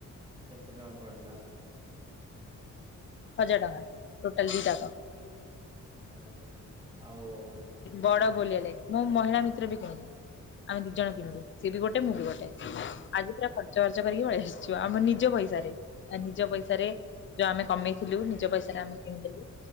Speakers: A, on the right; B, on the left.
A: କେତେ ଟଙ୍କା ପଡିଲୁ?
B: ହଜାର ଟଙ୍କା ଟୋଟଲ ଦିଇ ଟାଙ୍କ।
A: ଓ ଆଉ
B: ବଡ ଗୋଲିଆ ଲାଇଟ ମୋ ମହିଳା ମିତ୍ର ବି କହେ। ଆମେ ଦି ଜଣ କିଣିଲୁ ସିଏ ବି ଗୋଟେ ମୁଁ ବି ଗୋଟେ। ଆଜି ପୁରା ଖର୍ଚ୍ଚ ବାର୍ଚ୍ଚ କରିକି ପଳେଇ ଆସଚୁ ଆମ ନିଜ ପଇସାରେ ଆ ନିଜ ପଇସାରେ ଯୋଉ ଆମେ କମେଇଥିଲୁ ନିଜ ପଇସାରେ ଆମେ କିଣିଦେଲୁ।